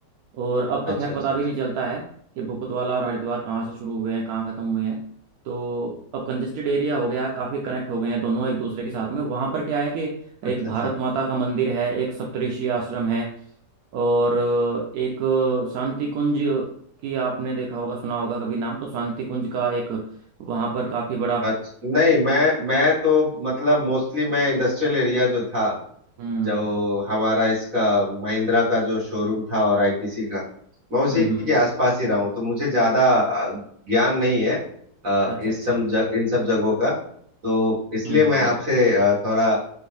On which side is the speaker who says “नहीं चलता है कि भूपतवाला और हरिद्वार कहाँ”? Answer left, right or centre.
Right